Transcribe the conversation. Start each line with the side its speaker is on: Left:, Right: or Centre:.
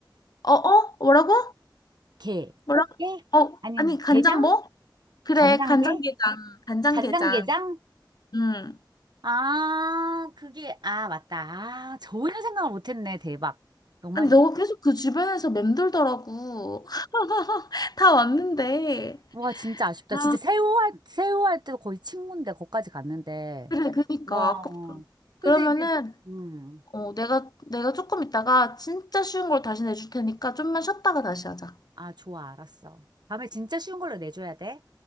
Left: 어 어? 뭐라고?
Right: 게.
Left: 뭐라고?
Right: 꽃게?
Left: 어
Right: 아니면
Left: 아니 간장
Right: 게장?
Left: 뭐? 그래
Right: 간장게?
Left: 간장게장 간장게장.
Right: 간장게장?
Left: 음.
Right: 아, 그게 아, 맞다. 아, 전혀 생각을 못 했네. 대박. 너 말이
Left: 아니 너가 계속 그 주변에서 맴돌더라고. <laughs> 다 왔는데.
Right: 와, 진짜 아쉽다.
Left: 아
Right: 진짜 새우 할, 새우 할 때도 거의 친구인데, 거기까지 갔는데.
Left: 그래 그니까
Right: 와.
Left: 아깝다.
Right: 근데
Left: 그러면은
Right: 이제, 음.
Left: 어 내가 내가 조금 있다가 진짜 쉬운 걸 다시 내줄 테니까 좀만 쉬었다가 다시 하자.
Right: 아, 좋아, 알았어. 다음에 진짜 쉬운 걸로 내줘야 돼?